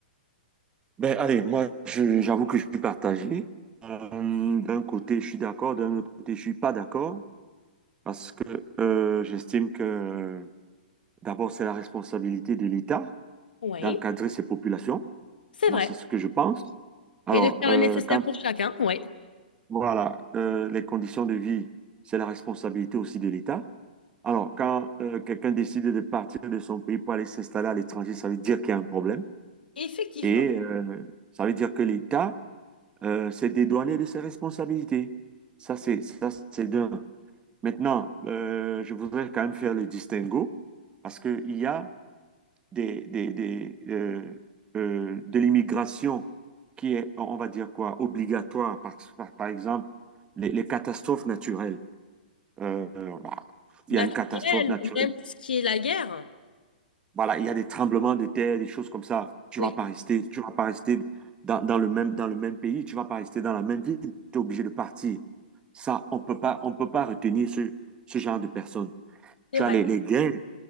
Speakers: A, on the right; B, on the left.
A: Ben allez, moi je- j'avoue que je suis partagé. Euh, d'un côté je suis d'accord, d'un autre côté je suis pas d'accord parce que euh, j'estime que d'abord c'est la responsabilité de l'État
B: Oui,
A: d'encadrer ses populations.
B: c'est
A: Moi
B: vrai.
A: c'est ce que je pense. Alors
B: Et de faire
A: euh,
B: le nécessaire
A: quand
B: pour chacun, oui.
A: voilà euh, les conditions de vie, c'est la responsabilité aussi de l'État. Alors, quand euh, quelqu'un décide de partir de son pays pour aller s'installer à l'étranger, ça veut dire qu'il y a un problème
B: Effectivement.
A: et euh, ça veut dire que l'État euh, s'est dédouané de ses responsabilités. Ça, c'est ça, c'est d'un. Maintenant, euh, je voudrais quand même faire le distinguo parce qu'il y a des, des, des, euh, euh, de l'immigration qui est, on va dire quoi, obligatoire. Par, par, par exemple, les, les catastrophes naturelles. Euh, bah, il
B: Naturel,
A: y a une catastrophe naturelle
B: même tout ce qui est la guerre.
A: Voilà, il y a des tremblements de terre, des choses comme ça. Tu
B: Oui,
A: vas pas rester, tu vas pas rester dans, dans le même, dans le même pays, tu vas pas rester dans la même ville. Tu es obligé de partir. Ça, on peut pas, on peut pas retenir ce, ce genre de personnes. Tu
B: c'est vrai,
A: as les, les guerres,